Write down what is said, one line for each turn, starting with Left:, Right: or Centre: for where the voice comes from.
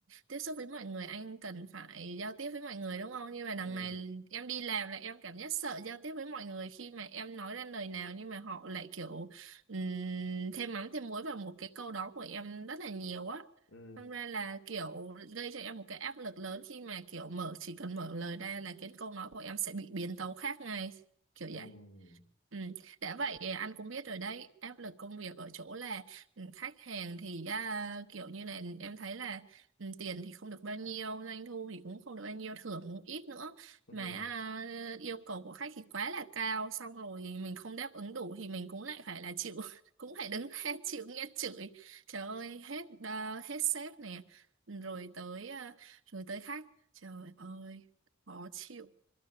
Right: tiếp xúc với mọi người anh cần phải giao tiếp với mọi người đúng không nhưng mà đằng
Left: ừ
Right: này em đi làm là em cảm giác sợ giao tiếp với mọi người khi mà em nói ra lời nào nhưng mà họ lại kiểu um, thêm mắm thêm muối vào một cái câu đó của em rất là nhiều á
Left: ừ
Right: Thành ra là kiểu gây cho em một cái áp lực lớn khi mà kiểu mở chỉ cần mở lời ra là cái câu nói của em sẽ bị biến tấu khác ngay kiểu
Left: ừ
Right: vậy Ừ. Đã vậy anh cũng biết rồi đấy áp lực công việc ở chỗ là ừ, khách hàng thì à, kiểu như là em thấy là ừ, tiền thì không được bao nhiêu doanh thu thì cũng không được bao nhiêu thưởng cũng ít nữa
Left: ừ
Right: mà à, yêu cầu của khách thì quá là cao xong rồi mình không đáp ứng đủ thì mình cũng lại phải là chịu <laughs> cũng phải đứng <laughs> ra chịu nghe chửi trời ơi hết à, hết sếp nè rồi tới à, rồi tới khách trời ơi khó chịu